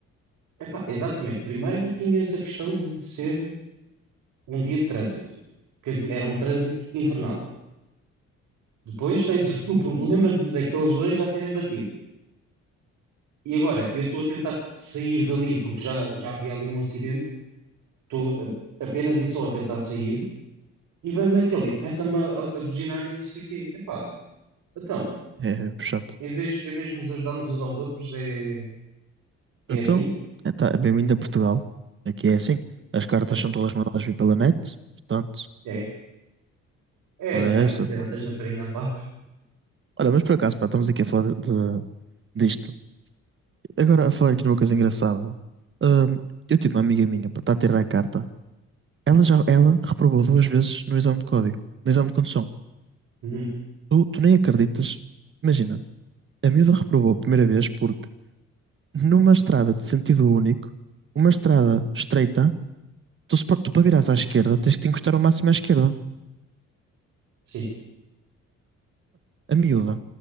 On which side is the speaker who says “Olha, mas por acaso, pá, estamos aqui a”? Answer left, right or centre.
Right